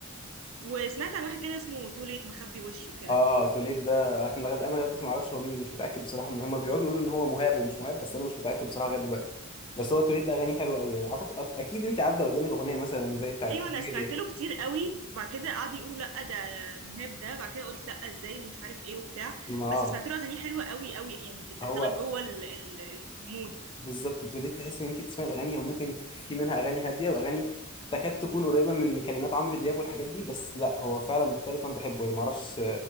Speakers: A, on the right; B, on the left.
A: وسمعت عن واحد كده اسمه توليت مخبي وشه كده
B: اه توليد ده احنا لغد... انا لغايه دلوقتي ما اعرفش هو مين مش متاكد بصراحه من هم بيقعدوا يقولوا ان هو مهاب ومش مهاب بس انا مش متاكد بصراحه لغايه دلوقتي بس هو توليد ده اغانيه حلوه قوي يعني اعتقد أ- اكيد انت عدى قدامك اغنيه مثلا زي بتاعت
A: ايوه
B: حبيبي
A: انا سمعت
B: ليه
A: له كتير قوي وبعد كده قعدوا يقولوا لا ده مهاب ده بعد كده قلت لا ازاي ومش عارف ايه وبتاع
B: ما
A: بس
B: آه.
A: سمعت له اغانيه حلوه قوي قوي يعني بتدخلك
B: هو
A: جوه ال- ال- المود
B: بالظبط اتولدت تحس ان انت بتسمعي الاغاني وممكن في منها اغاني هاديه واغاني تكاد تكون قريبه من كلمات عمرو دياب والحاجات دي بس لا هو فعلا مختلف وانا بحبه يعني ما اعرفش